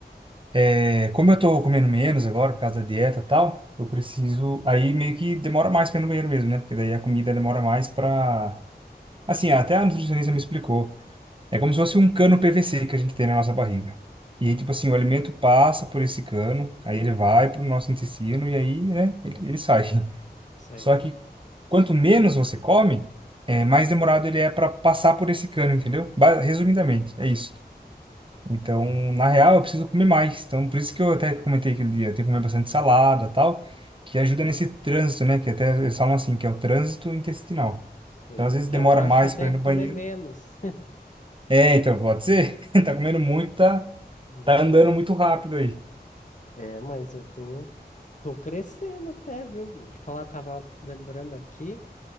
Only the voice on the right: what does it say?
É, como eu tô comendo menos agora por causa da dieta e tal, eu preciso. Aí meio que demora mais pra ir no banheiro mesmo, né? Porque daí a comida demora mais pra. Assim, até a nutricionista me explicou. É como se fosse um cano PVC que a gente tem na nossa barriga. E aí, tipo assim, o alimento passa por esse cano, aí ele vai pro nosso intestino e aí, né, ele, ele sai. <laughs>
Só que quanto menos você come, é, mais demorado ele é pra passar por esse cano, entendeu? Ba- Resumidamente, é isso. Então,
na real, eu preciso comer mais. Então, por isso que eu até comentei aquele dia, eu tenho que comer bastante salada, tal, que ajuda nesse trânsito, né? Que até eles falam assim, que é o trânsito intestinal.
Então, às vezes
demora
mais
para ir no
banheiro.
É, então pode ser. <laughs> Tá comendo muito, tá,
tá andando muito rápido aí.